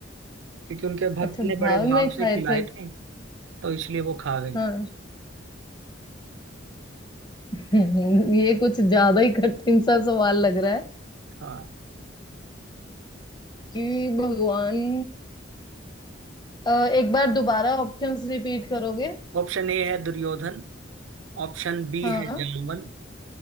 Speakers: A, on the right; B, on the left.
A: क्योंकि उनके भक्त
B: अच्छा भाव
A: ने बड़े भाव
B: में खाए
A: से खिलाए
B: थे
A: थे तो इसलिए वो खा गए
B: हाँ <laughs> ये कुछ ज्यादा ही कठिन सा सवाल लग रहा है
A: हाँ
B: कि भगवान अ, एक बार दोबारा ऑप्शंस रिपीट करोगे
A: ऑप्शन ए है दुर्योधन ऑप्शन बी
B: हाँ
A: है जामवन